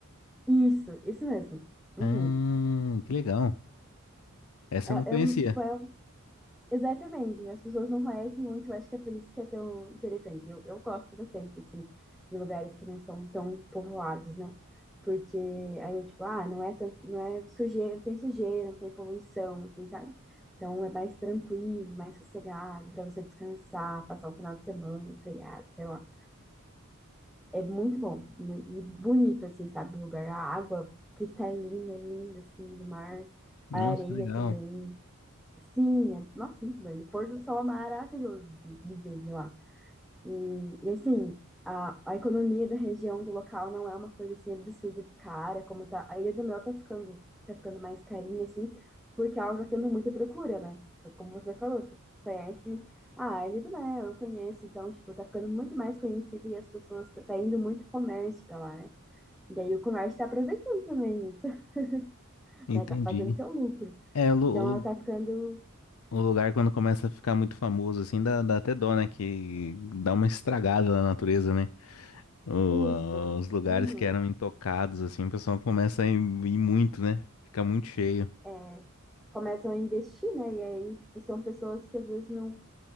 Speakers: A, in the centre; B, on the left.
A: Isso, isso mesmo. Uhum.
B: Ah, que legal. Essa
A: É,
B: eu não conhecia.
A: é um, tipo, é Exatamente, as pessoas não conhecem muito, eu acho que é por isso que é tão interessante. Eu, eu gosto bastante, assim, de lugares que não são tão povoados, né? Porque aí, tipo, ah, não é tanto, não é sujeira, não tem sujeira, não tem poluição, assim, sabe? Então é mais tranquilo, mais sossegado, para você descansar, passar o final de semana, feriado, sei lá. É muito bom mu- e bonito, assim, sabe? O lugar, a água cristalina, linda, assim, do mar,
B: Nossa,
A: a areia
B: que legal.
A: também. Sim, é- nossa, muito bem. O pôr do sol é maravilhoso de, de ver de lá. E, e, assim, a, a economia da região, do local, não é uma coisa assim absurda de cara, como tá. A Ilha do Mel tá ficando, tá ficando mais carinha, assim, porque ela tá tendo muita procura, né? Tipo, como você falou, você conhece ah, a Ilha do Mel, eu conheço, então, tipo, tá ficando muito mais conhecida e as pessoas, tá, tá indo muito comércio pra lá, né? E aí o comércio tá aproveitando também isso, <laughs>
B: Entendi.
A: né? Tá fazendo seu lucro.
B: É, o, lu- o
A: Então ela
B: lu-
A: tá ficando
B: o lugar quando começa a ficar muito famoso, assim, dá, dá até dó, né? Que dá uma estragada na natureza, né? O-
A: Isso.
B: a- os lugares
A: Uhum.
B: que eram intocados, assim, o pessoal começa a ir, ir muito, né? Fica muito cheio.
A: É, começam a investir, né? E aí, tipo, são pessoas que às vezes não,